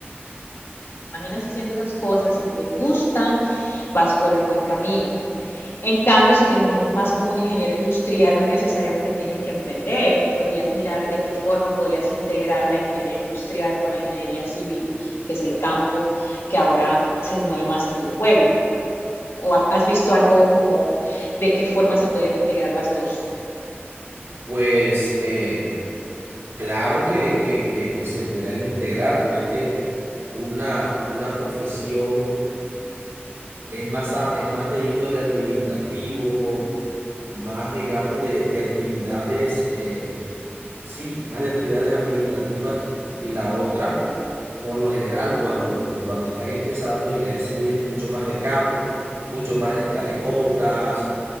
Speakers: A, on the left; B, on the right.
A: imaginas haciendo esas cosas y te gustan, vas por el buen camino. En cambio, si te imaginas más como un ingeniero industrial, no necesariamente tienes que emprender, podrías mirar de qué forma podrías integrar la ingeniería industrial con la ingeniería civil, que es el campo que ahora se mueve más en tu pueblo. o has visto algo como de qué forma se podrían integrar las dos.
B: Pues eh, claro que, que, que, que se podrían integrar, porque es que una, una profesión Es más, a- es más de índole administrativo, más, digamos, de, de actividades, eh, sí, más de actividades administrativas. Y la otra, por lo general, cuando, cuando están empezando la ingeniería civil es mucho más de campo, mucho más de estar en obras,